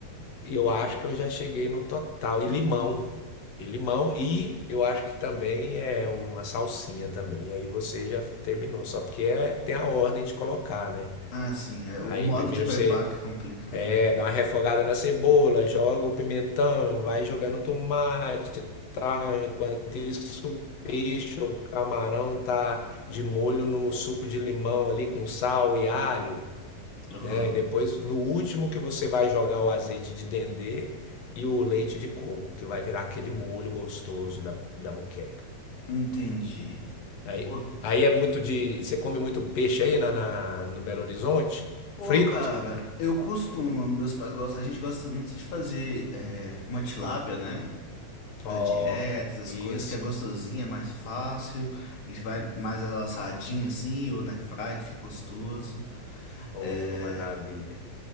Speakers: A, on the left; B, on the left.
A: Eu acho que eu já cheguei no total. E limão. E limão. E eu acho que também é uma salsinha também. Aí você já terminou. Só porque é- tem a ordem de colocar, né?
B: Ah, sim, é
A: Aí
B: o modo
A: primeiro
B: de preparo
A: você
B: que complica, né?
A: É, dá uma refogada na cebola, joga o pimentão, vai jogando o tomate, tá? Enquanto isso, o peixe ou camarão tá de molho no suco de limão ali com sal e alho,
B: Aham.
A: né? E depois, no último que você vai jogar o azeite de dendê e o leite de coco, que vai virar aquele molho gostoso da, da moqueca.
B: Entendi.
A: Aí,
B: Ô,
A: aí é muito de... Você come muito peixe aí na, na- no Belo Horizonte?
B: ô,
A: Frito?
B: cara, eu costumo, meus pais gostam, a gente gosta muito de fazer é, uma tilápia, né?
A: Ó,
B: fazer dieta, essas
A: isso.
B: coisas, que é gostosinha, é mais fácil. A gente vai mais ela assadinha assim, ou na fry, que fica gostoso.
A: Ô,
B: É,
A: maravilha.